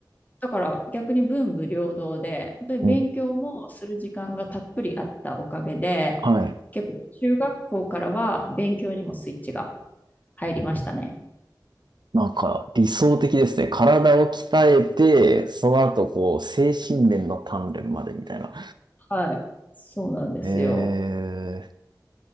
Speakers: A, on the left; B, on the right.
A: だから逆に文武両道で、本当に勉強もする時間がたっぷりあったおかげで、
B: うん、はい。
A: 結構中学校からは勉強にもスイッチが入りましたね。
B: なんか理想的ですね。体を鍛えて、その後こう、精神面の鍛錬までみたいな。
A: はい。そうなんですよ。
B: えー